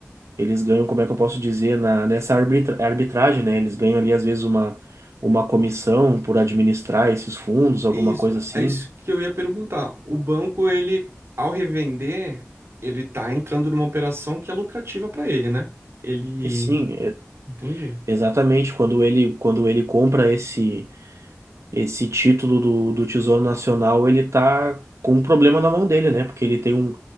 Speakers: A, on the right; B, on the right.
A: eles ganham, como é que eu posso dizer, na, nessa arbitra, arbitragem, né? Eles ganham ali às vezes uma uma comissão por administrar esses fundos, alguma
B: isso,
A: coisa assim.
B: é isso que eu ia perguntar. O banco, ele, ao revender, ele tá entrando numa operação que é lucrativa para ele, né? Ele,
A: E sim, é-
B: entendi.
A: exatamente. Quando ele, quando ele compra esse, esse título do, do Tesouro Nacional, ele tá com um problema na mão dele, né? Porque ele tem um,